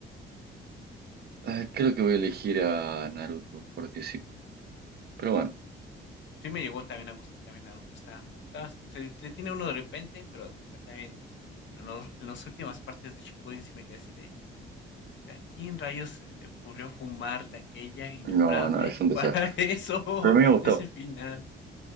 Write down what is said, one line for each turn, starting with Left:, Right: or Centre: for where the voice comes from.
Right: eh, creo que voy a elegir a Naruto, porque sí. Pero bueno,
Left: Sí, me llegó también a gustar también Naruto. Está, está- se, se tiene uno de repente, pero ya también en, los- en las últimas partes de Shippuden sí me quedé así de, ¿a quién rayos se le ocurrió fumar de aquella innombrable
Right: no, no, es un desastre.
Left: para <laughs> eso,
Right: Pero a mí me gustó.
Left: ese final?